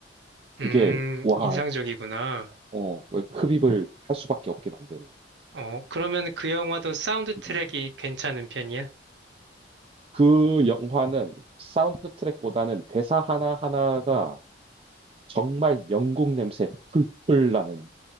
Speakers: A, on the right; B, on the right.
A: 음,
B: 그게, 와,
A: 인상적이구나.
B: 어, 왜 흡입을 할 수밖에 없게 만드는.
A: 어, 그러면 그 영화도 사운드 트랙이
B: 음.
A: 괜찮은 편이야?
B: 그 영화는 사운드 트랙보다는 대사 하나하나가 정말 영국 냄새 풀풀 나는